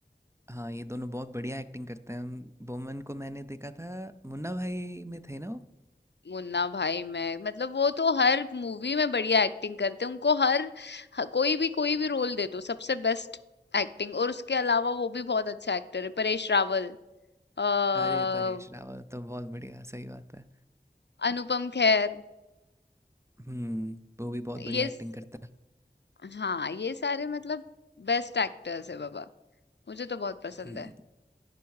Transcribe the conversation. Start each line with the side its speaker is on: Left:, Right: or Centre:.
Right: हाँ ये दोनों बहुत बढ़िया एक्टिंग करते हैं बोमन को मैंने देखा था मुन्ना भाई में थे ना वो?
Left: मुन्ना भाई मैं मतलब वो तो हर मूवी में बढ़िया एक्टिंग करते हैं। उनको हर ह- कोई भी कोई भी रोल दे दो सबसे बेस्ट एक्टिंग। और उसके अलावा वो भी बहुत अच्छा एक्टर है। परेश रावल, अ,
Right: अरे परेश रावल तो बहुत बढ़िया सही बात है
Left: अनुपम खेर,
Right: हम्म वो भी बहुत बढ़िया
Left: ये
Right: एक्टिंग
Left: स-
Right: करता है
Left: हाँ ये सारे मतलब बेस्ट एक्टर्स है बाबा। मुझे तो बहुत पसंद
Right: हम्म
Left: है।